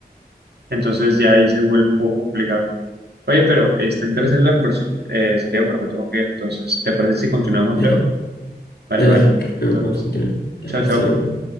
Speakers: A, on the right (about 80°); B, on the left (about 80°).
A: Entonces ya ahí se vuelve un poco complicado. Oye, pero está interesante
B: Mm.
A: la conversación, eh, Santiago, pero me tengo que ir. Entonces, ¿te parece si continuamos
B: Dale.
A: luego? Vale,
B: Dale,
A: vale.
B: sí, luego
A: Entonces,
B: podemos continuar. Eh,
A: chao,
B: Hasta
A: chao.
B: luego.